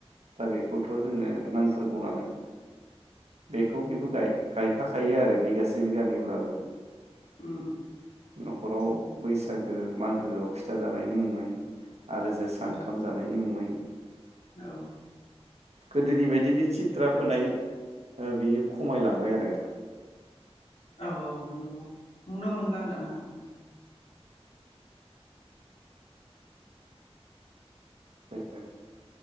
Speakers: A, on the right; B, on the left.
A: दा बेखौथ' जोंनो नांथारगौ नालाय। बेखौ खिन्थु गाय गायफाखायो आरो बिगास बिगानैब्लाबो
B: उम
A: न'खराव
B: नंगौ
A: बैसा गो मागोआव फिथा जानायनि मुङै। आरो जोसा
B: औ
A: ओंख नायनि मुङै।
B: औ।
A: गोदोनि बायदि बे खिथ्रा फोनाय ओ बियो खमायलांबाय आरो।
B: औ औ नंगौ। नुनो मोनला दाना। <inaudible>
A: <unintelligible>